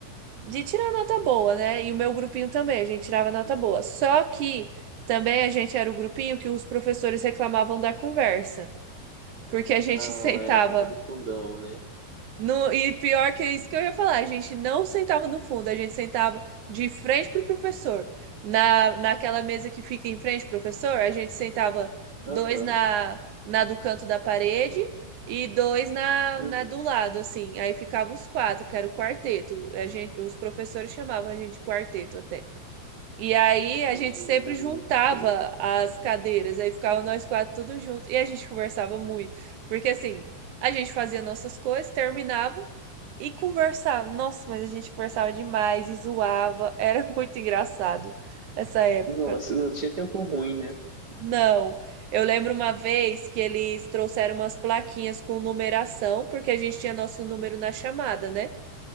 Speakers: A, on the right; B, on the right.
A: de tirar nota boa, né? E o meu grupinho também, a gente tirava nota
B: Uhum.
A: boa. Só que também a gente era o grupinho que os professores reclamavam da conversa, porque a gente
B: Ah,
A: <laughs> sentava
B: era a turma do fundão, né?
A: No, e pior que é isso que eu ia falar, a gente não sentava no fundo, a gente sentava de frente pro professor. Na, naquela mesa que fica em frente, professor, a gente sentava dois
B: Aham.
A: na, na do canto da parede e dois na,
B: Uhum.
A: na do lado, assim. Aí ficava os quatro, que era o quarteto. A gente, os professores chamavam a gente de quarteto até. E aí a gente
B: Gente.
A: sempre juntava as cadeiras, aí ficava nós quatro tudo junto e a gente conversava muito, porque assim, a gente fazia nossas coisas, terminava e conversava. Nossa, mas a gente conversava demais e zoava, era <laughs> muito engraçado essa época.
B: Nossa, não tinha tempo ruim, né?
A: Não, eu lembro uma vez que eles trouxeram umas plaquinhas com numeração, porque a gente tinha nosso número na chamada, né?